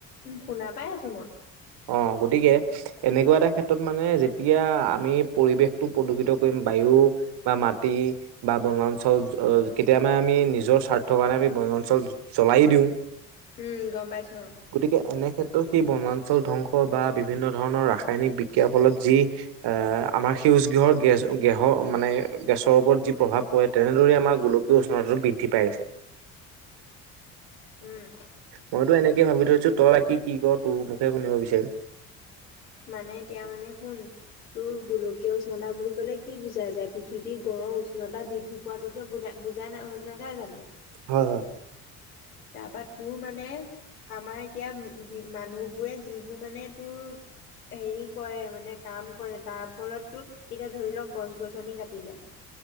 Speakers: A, on the left (about 80°); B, on the right (about 60°).
A: উ শুনা পাই আছো মই
B: অ গতিকে এনেকুৱা এটা ক্ষেত্ৰত মানে যেতিয়া আমি পৰিৱেশটো প্ৰদূষিত কৰিম বায়ু বা মাটি বা বনাঞ্চল কেতিয়া আমি নিজৰ স্বাৰ্থ কাৰণে আমি বন চল জ্বলাই দিওঁ
A: উম গম পাইছো
B: গতিকে এনে ক্ষেত্ৰত সেই বনাঞ্চল ধ্বংস বা বিভিন্ন ধৰণৰ ৰাসায়নিক বিক্ৰিয়া ফলত যি আমাৰ গৃহৰ গেছ গেহৰ মানে গেছৰ ওপৰত যি প্ৰভাৱ পৰে তেনেদৰেই আমাৰ গোলকীয় উষ্ণতাটো বৃদ্ধি পাই আছে। <inaudible>
A: উম
B: মইতো এনেকে ভাবি থৈছো তই কি কি কি কৰ তোৰ মুখেৰে শুনিব বিচাৰিম
A: মানে এতিয়া মানে শুন তোৰ গোলকীয় উষ্ণতা বুলি ক'লে কি বুজা যায় পৃথিৱীৰ গৰম উষ্ণতা বৃদ্ধি পোৱাতোকে বুজ বুজাই না নাযায় জানো।
B: হয় হয়।
A: তাৰপা তোৰ মানে আমাৰ এতিয়া মানুহবোৰে যিবোৰ মানে তোৰ। হেৰি কৰে মানে কাম কৰে তাৰ ফলতো এতিয়া ধৰি লওক গছ গছনি কাটিলে।